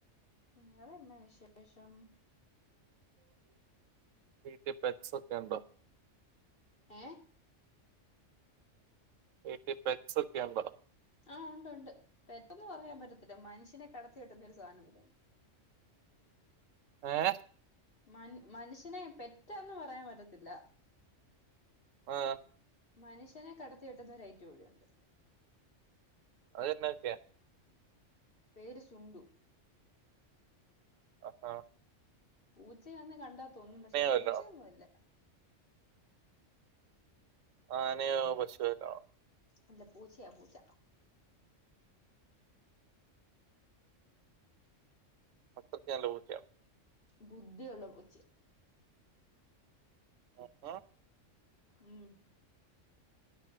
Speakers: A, on the left; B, on the right.
A: വേറെന്നാ വിശേഷം?
B: വീട്ടിൽ പെറ്റ്സൊക്കെ ഉണ്ടോ?
A: ഏ
B: വീട്ടിൽ പെറ്റ് സൊക്കെ ഒണ്ടോ?
A: ആഹ് ഉണ്ട് ഉണ്ട് പെറ്റെന്ന് പറയാൻ പറ്റത്തില്ല മനുഷ്യനെ കടത്തി കെട്ടുന്നൊ ഒരു സാധനം ഇവിടെ ഉണ്ട്.
B: ഏ
A: മ മനുഷ്യനെ പെറ്റെന്ന് പറയാൻ പറ്റത്തില്ല.
B: ആ
A: മനുഷ്യനെ കടത്തി വെട്ടുന്ന ഒരു ഐറ്റം ഇവിടുണ്ട്.
B: അത് തന്നെയൊക്കെയാ
A: പേരു സുണ്ടു.
B: ആ
A: പൂച്ചയാന്ന് കണ്ടാത്തോന്നും പക്ഷെ പൂച്ചയൊന്നുമല്ല.
B: വല്ലോം ആ ആനെയോ പശു <unintelligible>
A: അല്ല പൂച്ചയാ പൂച്ച.
B: അത്രയ്ക്ക് നല്ല ബുദ്ധിയാണ്.
A: ബുദ്ധിയുള്ള പൂച്ച.
B: ഓ
A: ഉം